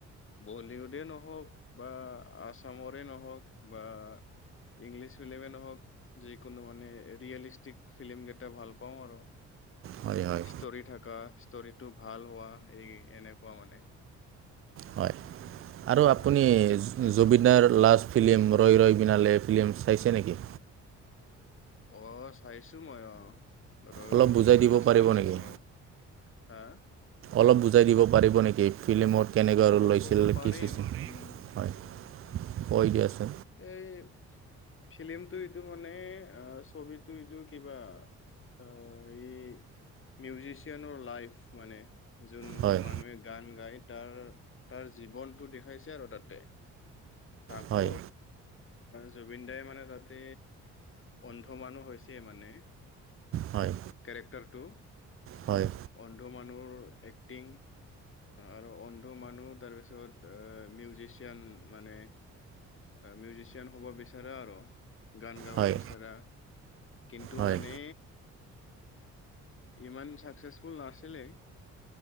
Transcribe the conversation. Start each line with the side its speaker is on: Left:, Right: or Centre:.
Left: বলিউডে নহওক বা আছামৰে নহওক বা ইংলিছ ফ্লিমে নহওক যিকোনো মানে ৰিয়েলিষ্টিক ফিল্ম কেইটা ভাল পাওঁ আৰু
Right: হয় হয়
Left: ষ্টৰি থকা ষ্টৰিটো ভাল হোৱা এই এনেকুৱা মানে
Right: হয় আৰু আপুনি
Left: আহ
Right: জুবিনদাৰ লাষ্ট ফিল্ম ৰৈ ৰৈ বিনালে ফিল্ম চাইছে নেকি?
Left: অ', চাইছো মই অ' ৰৈ
Right: অলপ
Left: ৰৈ বিনালে
Right: বুজাই দিব পাৰিব
Left: চাইছো
Right: নেকি
Left: হয়। হা?
Right: অলপ বুজাই দিব পাৰিব নেকি ফিল্মত কেনেকুৱা আৰু
Left: অলপ
Right: ওলাইছিল
Left: ক'ব পাৰিম
Right: কি চিষ্টেমত
Left: উম
Right: হয়? কৈ দি আছো।
Left: এই ফিল্মটো এইটো মানে আ ছবিটো এইটো কিবা আ' এই মিউজিচিয়ানৰ লাইফ মানে যোন
Right: হয়
Left: মানুহে গান গায় তাৰ তাৰ জীৱনটো দেখাইছে আৰু তাতে তাকো
Right: হয়
Left: জুবিন দাই মানে তাতে অন্ধ মানুহ হৈছে মানে
Right: হয়
Left: কেৰেক্টাৰটো
Right: হয়
Left: অন্ধ মানুহৰ এক্টিং আৰু অন্ধ মানুহ তাৰপিছত অ মিউজিচিয়ান মানে মিউজিচিয়ান হ'ব বিচাৰা আৰু গান গাবা
Right: হয়
Left: বিচাৰা কিন্তু
Right: হয়
Left: মানে ইমান চাকচেচফুল নাছিলে